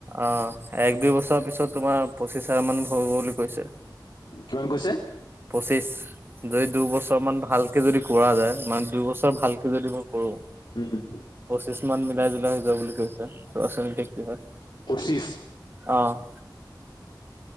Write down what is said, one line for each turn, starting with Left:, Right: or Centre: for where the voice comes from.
Right: অ', এক দুই বছৰ পিছত তোমাৰ পঁচিছ হাজাৰ মান হ'ব গৈ বুলি কৈছে।
Left: কিমান কৈছে?
Right: পঁচিছ। যদি দুবছৰমান ভালকে যদি কৰা যায়, মানে দুইবছৰ ভালকে যদি মই কৰোঁ।
Left: উম, উম।
Right: পঁচিছমান মিলাই জোলাই হৈ যাব বুলি কৈছে, চোৱা চোন এতিয়া কি হয়।
Left: পঁচিছ?
Right: অ'।